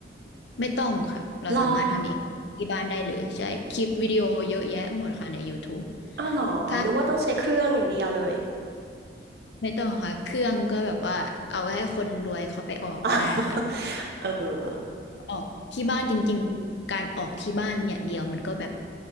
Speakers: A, on the left; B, on the right.
A: ไม่ต้องค่ะเราสามารถทำเองที่บ้านได้เลยใช่คลิปวิดีโอเยอะแยะหมดค่ะใน
B: หรอ
A: YouTube
B: อ้าวหรอนึกว่าต้องใช้เครื่องอย่างเดียวเลย
A: ถ้าไม่ต้องค่ะเครื่องก็แบบว่าเอาไว้ให้คนรวยเขาไปออกก็ได้ค่ะ
B: <laughs> เออ
A: ออกที่บ้านจริงๆ การออกที่บ้านอย่างเดียวมันก็แบบ